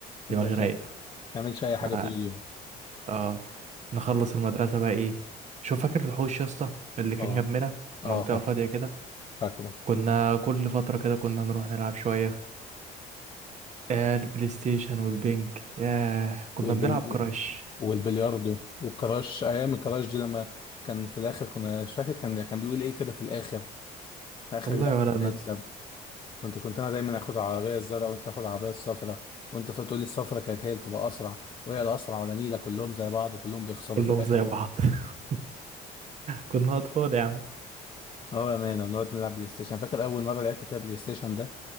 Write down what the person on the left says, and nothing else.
متبذلش-
ما تعملش اي حاجة
طول اليوم
اه
اه فاك-
فاكره
والبل...
والبلياردو والكراش ايام الكراش دي لما كان في الاخر كنا مش فاكر كان كان بيقول ايه كده في الاخر في اخر
اللعبة
<laughs>
كنت كنت انا دايما اخد العربيه الزرقاء وانت تاخد العربيه الصفراء وانت فتقول لي الصفراء كانت هي اللي تبقى اسرع وهي الاسرع ولا نيله كلهم زي بعض وكلهم بيخسروا
في الاخر
اه يا مان ونقعد نلعب بلاي ستيشن فاكر اول مره لعبت فيها بلاي ستيشن ده